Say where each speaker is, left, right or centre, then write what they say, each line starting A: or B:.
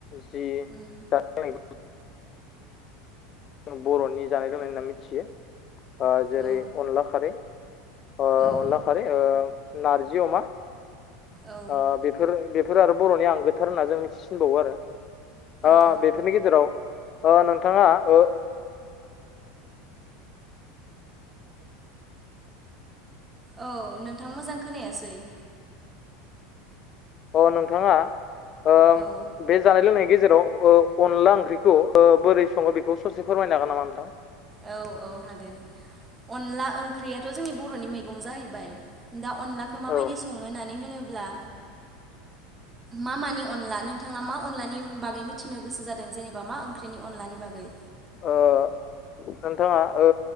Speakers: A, on the left (about 40°); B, on the right (about 20°).
A: जि
B: उम
A: <unintelligible> बरनि जानाय लोंनाय होनना मिथियो। ओ जेरै
B: औ
A: अनला खारै ओ
B: औ
A: अनला खारै ओ नारजि अमा
B: औ
A: ओ बेफोर-बेफोर आरो बर'नि आंगोथार होनना जों मिथिसिनबावो आरो। ओ
B: औ
A: बेफोरनि गेजेराव ओ नोंथाङा ओ
B: औ नोंथां मोजां खोनायासै।
A: अ नोंथाङा ओ
B: औ
A: बे जानाय लोंनायनि गेजेराव ओ अनला ओंख्रि खौ ओ बोरै सङो बेखौ ससे फोरमायनो हागोन नामा नोथां?
B: औ औ हागोन। अनला ओंख्रियाथ' जोंनि बर'नि मैगं जाहैबाय दा अनलाखौ माबायदि
A: औ
B: सङो होननानै होनो ब्ला
A: <inaudible>
B: मा मानि अनला? नोंथाङा मा अनलानि उम बागै मिथिनो गोसो जादों जेनेबा मा ओंख्रिनि अनलानि बागै?
A: ओ नोंथांङा ओ